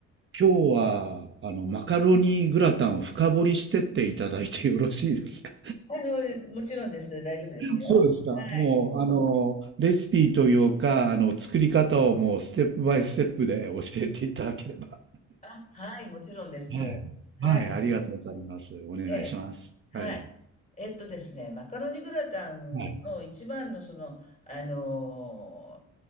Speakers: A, on the right (about 40°); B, on the left (about 25°).
A: 今日はあの、マカロニグラタンを深掘りしてっていただいてよろしいですか
B: あの、もちろんです。大丈夫ですよ。
A: そうですか。
B: はい。
A: もう、あの、レシピというか、あの、作り方をもうステップバイステップで教えていただければ。
B: あ、はい、もちろんです。
A: はい。
B: はい。
A: はい、ありがとうございます。お願いします。
B: ええ。はい。
A: はい。
B: えっとですね、マカロニグラタンの一番のその、
A: はい。
B: あの、